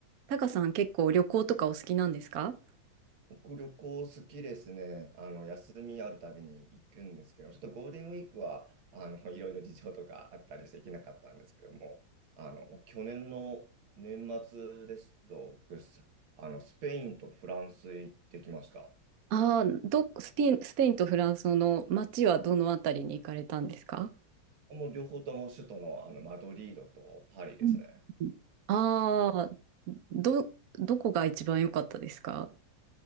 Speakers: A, on the right; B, on the right.
A: タカさん結構旅行とかお好きなんですか
B: 僕、旅行好きですね。あの、休みあるたびに行くんですけど、ちょっとゴールデンウィークは、あの、<laughs> いろいろ事情とかあったりして行けなかったんですけども、あの、まあ去年の年末ですと、僕、あの、スペインとフランス行ってきました。
A: ああー、ど、スペイン、スペインとフランスの街はどのあたりに行かれたんですか
B: もう両方とも首都の、あの、マドリードとパリですね。
A: うんああー、ど、どこが一番良かったですか